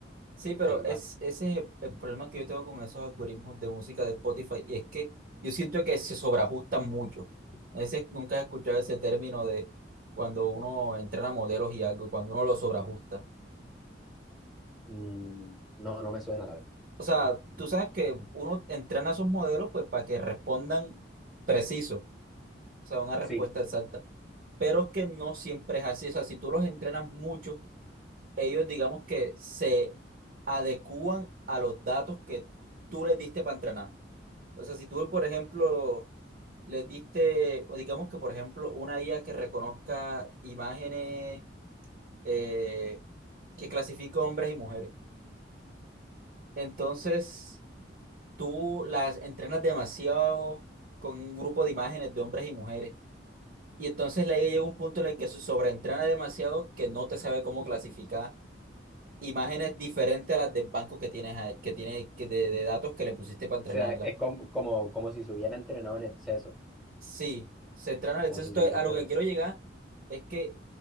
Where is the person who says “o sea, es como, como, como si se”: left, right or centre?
Centre